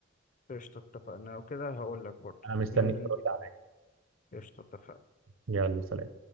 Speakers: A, on the left; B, on the right.
A: قشطة اتفقنا لو كده هقول لك برضه
B: انا مستنيك
A: وننزل
B: ترد
A: نجيب
B: عليا
A: قشطة اتفقنا
B: يلا سلام